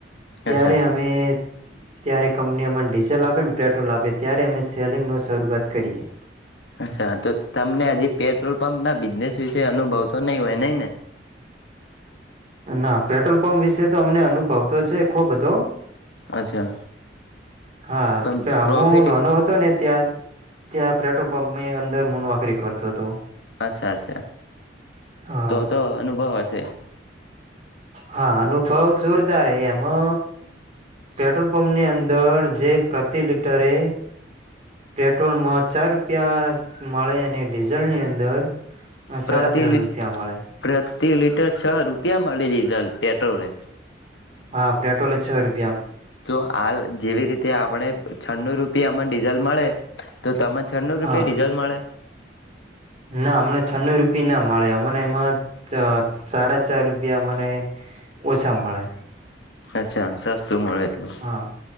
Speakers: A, on the right (about 40°); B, on the left (about 80°).
A: ત્યારે
B: અચ્છા
A: અમે ત્યારે કંપની અમન ડીઝલ આપે, પેટ્રોલ આપે. ત્યારે અમે સેલિંગ નો શરૂઆત કરીએ.
B: અચ્છા તો તમને હજી પેટ્રોલ પમ્પ ના બિઝનેસ વિશે અનુભવ તો નહીં હોય નઇ ને
A: ના પેટ્રોલ પંપ વિશે તો અમને અનુભવતો છે ખો બધો
B: અચ્છા
A: હા
B: પણ
A: આમુ
B: પ્રોફિટ
A: નાનો હતો ને ત્યાં ક્યા પેટ્રોલ પંપની અર ને મુ નોકરી કરતો તો
B: અચ્છા અચ્છા
A: હા
B: તો તો અનુભવ હશે.
A: હા અનુભવ જોરદાર એ એમો પેટ્રોલ પંપની અંદર જે પ્રતિ લિટરે પેટ્રોલમ ચાર રૂપિયાશ મળે અને ડીઝલ ની અંદર
B: પ્રતિ
A: સાડા ત્રણ
B: લિ
A: રૂપિયા મળે
B: પ્રતિ લિટર છ રૂપિયા મળે ડીઝ પેટ્રોલે
A: હા પેટ્રોલે છ રૂ
B: તો હાલ જેવી રીતે આપણે છન્નુ રૂપિયા મા ડીઝલ મળે. તો તમને છન્નું રૂપિયા
A: હા
B: ડીઝલ મળે?
A: ના હમણા છનન્નુ રૂ બી ના મળે અમને એમાં સાડા ચાર રૂપિયા મને ઓછા મળે.
B: અચ્છા સસ્તું મળે એટલું.
A: હા